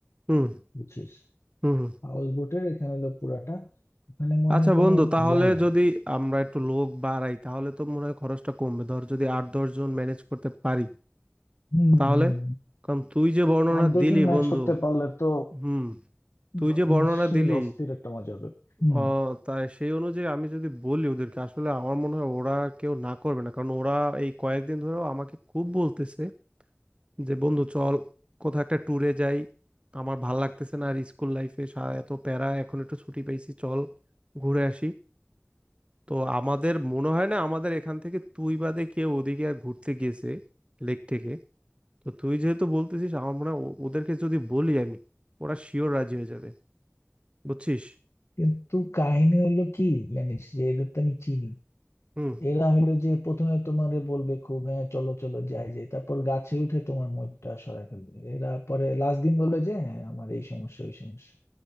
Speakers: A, on the right; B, on the left.
A: হুম
B: বুঝছিস
A: হুম
B: হাউস বোটের এখানে হলো পুরাটা মানে মনে
A: আচ্ছা
B: হয় কোনো
A: বন্ধু তাহলে
B: ইয়া নাই
A: যদি আমরা একটু লোক বাড়াই তাহলে তো মনে হয় খরচটা কমবে ধর যদি আট দশ জন ম্যানেজ করতে পারি
B: হম
A: তাহলে
B: হম,
A: কারণ তুই যে বর্ণনা
B: আট দশজন
A: দিলি
B: ম্যাচ
A: বন্ধু
B: করতে পারলে তো
A: হুম তুই
B: বা-
A: যে বর্ণনা
B: সেই
A: দিলি
B: অস্থির একটা মজা হবে হম
A: আহ তাই সেই অনুযায়ী আমি যদি বলি ওদেরকে আসলে আমার মনে হয় ওরা কেউ না করবে না কারণ ওরা এই কয়েকদিন ধরেও আমাকে খুব বলতেছে যে বন্ধু চল কোথাও একটা ট্যুরে যাই আমার ভাল লাগতেছে না আর স্কুল লাইফে এত প্যারা এখন একটু ছুটি পেয়েছি চল ঘুরে আসি তো আমাদের মনে হয় না আমাদের এখান থেকে তুই বাদে কেউ ওদিকে আর ঘুরতে গেছে লেক থেকে তো তুই যেহেতু বলতেছিস আমার মনে হয় ও- ওদেরকে যদি বলি আমি ওরা শিওর রাজি হয়ে যাবে বুঝছিস
B: কিন্তু কাহিনী হইলো কি জানিস যে এদের তো আমি চিনি
A: হুম
B: এরা হইলো যে প্রথমে তোমারে বলবে খুব হ্যাঁ চলো চলো যাই যাই তারপর গাছে উঠে তোমার মইটা সরায় ফেলবে এরা পরে লাস্ট দিন বলে যে হ্যাঁ আমার এই সমস্যা ওই সমস্যা